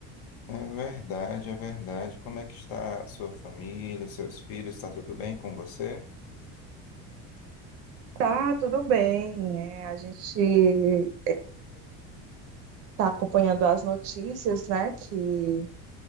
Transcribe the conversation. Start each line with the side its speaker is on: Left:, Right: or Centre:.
Left: É verdade, é verdade. Como é que está a sua família, seus filhos, está tudo bem com você?
Right: Tá, tudo bem. é, a gente está acompanhando as notícias, né, que